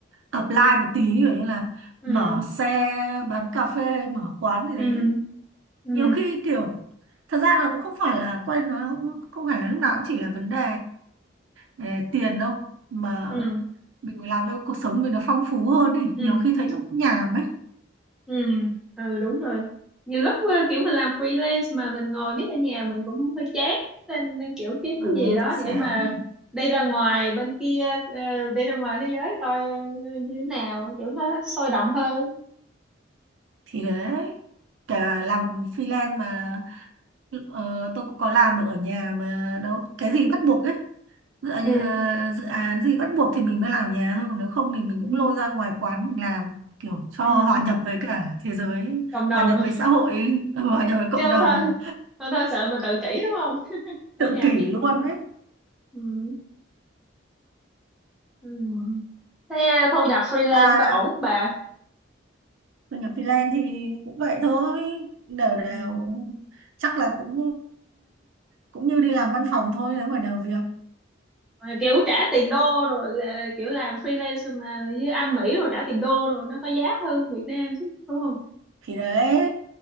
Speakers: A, on the right; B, in the centre.
A: apply một tí kiểu như là
B: ừ
A: mở xe bán cà phê mở quán gì
B: ừ
A: đấy
B: ừ
A: nhiều khi kiểu thật ra là cũng không phải là quen nó không phải là lúc nào cũng chỉ là vấn đề ờ, tiền đâu mà
B: ừ
A: mình phải làm cho cuộc sống mình nó phong phú hơn ý
B: ừ
A: nhiều khi thấy nó cũng nhàm ấy
B: ừ ừ đúng rồi nhiều lúc ờ, kiểu mình làm freelance mà mình ngồi biết ở nhà mình cũng hơi chán nên, nên kiểu kiếm cái
A: ờ
B: gì đó
A: chán
B: để mà đi ra ngoài bên kia ờ, đi ra ngoài thế giới coi ờ, như thế nào kiểu nó sôi động hơn
A: thì đấy kể cả làm freelance mà ờ, tôi cũng có làm được ở nhà mà đâu cái gì bắt buộc ấy dự,
B: Ừ.
A: ờ, dự án gì bắt buộc thì mình mới làm ở nhà thôi còn nếu không thì mình cũng
B: ừ
A: lôi ra ngoài quán mình làm kiểu cho
B: ừ
A: hòa nhập với cả thế giới
B: cộng đồng
A: hòa nhập
B: <laughs>
A: với xã hội <laughs> hòa nhập với cộng
B: chứ không
A: đồng
B: thôi không thôi sợ mình tự kỷ đúng không ở
A: tự
B: nhà
A: kỷ luôn đấy
B: ừ ừ thế thu nhập freelance
A: và
B: có ổn không bà
A: thu nhập freelance thì cũng vậy thôi đều đều
B: ừ
A: chắc là cũng cũng như đi làm văn phòng thôi nếu mà đều việc
B: Ờ, kiểu trả tiền đô rồi là kiểu làm freelance mà với anh Mỹ rồi trả tiền đô rồi nó có giá hơn Việt Nam chứ đúng không
A: thì đấy